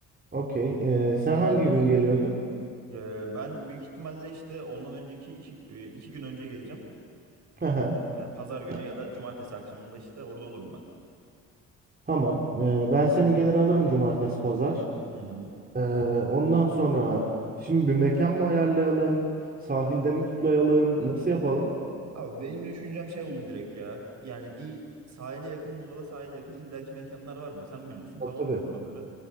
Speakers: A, on the right; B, on the right.
A: Okey. Ee, sen hangi gün geliyordun?
B: Ee, ben büyük ihtimalle işte ondan önceki iki, e, iki gün önce geleceğim.
A: Hı hı.
B: Yani pazar günü
A: Ya,
B: ya da cumartesi akşamında işte orada olurum ben.
A: tamam. Ee, ben seni gelir alırım cumartesi pazar.
B: Hı hı.
A: Ee, ondan sonra şimdi bir mekan mı ayarlayalım? Sahilde mi kutlayalım? Nasıl yapalım?
B: Abi benim düşüncem şey oldu direkt ya. Yani bir sahile yakın, Muğla'da sahile yakın illaki mekanlar vardı. Sen biliyorsun tamam
A: Tabii tabii.
B: mı oraları.